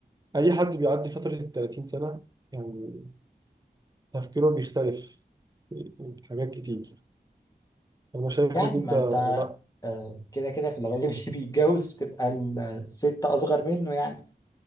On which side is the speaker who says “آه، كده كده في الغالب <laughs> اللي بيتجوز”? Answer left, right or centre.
Left